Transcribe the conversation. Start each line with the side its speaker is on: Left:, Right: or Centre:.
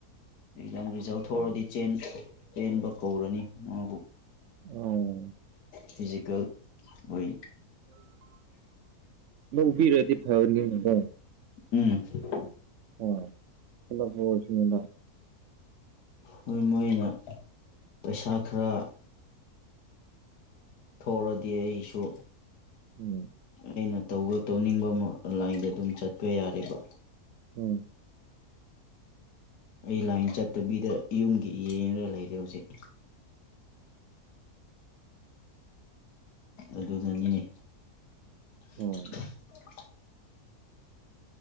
Left: ꯑꯦꯛꯖꯥꯝ ꯔꯤꯖꯜ ꯊꯣꯛꯑꯗꯤ ꯆꯦꯟ ꯆꯦꯟꯕ ꯀꯧꯔꯅꯤ ꯃꯥꯕꯨ
Right: ꯑꯣꯎ
Left: ꯐꯤꯖꯤꯀꯦꯜ ꯍꯣꯢ
Right: ꯂꯧꯕꯕꯤꯔꯗꯤ ꯐꯅꯤꯕꯀꯣ
Left: ꯎꯝ
Right: ꯑꯣ <unintelligible>
Left: ꯃꯣꯏ ꯃꯣꯏꯅ ꯄꯩꯁꯥ ꯈꯔ ꯊꯣꯔꯗꯤ ꯑꯩꯁꯨ
Right: ꯎꯝ
Left: ꯑꯩꯅ ꯇꯧꯕ ꯇꯧꯅꯤꯡꯕ ꯑꯃ ꯂꯥꯏꯟꯗ ꯑꯗꯨꯝ ꯆꯠꯄ ꯌꯥꯔꯦꯕ
Right: ꯎꯝ
Left: ꯑꯩ ꯂꯥꯏꯟ ꯆꯠꯇꯕꯤꯗ ꯌꯨꯝꯒꯤ ꯌꯦꯡꯉꯒ ꯂꯩꯔꯦ ꯍꯧꯖꯤꯛ ꯑꯗꯨꯅꯅꯤꯅꯦ <unintelligible>
Right: ꯎꯝ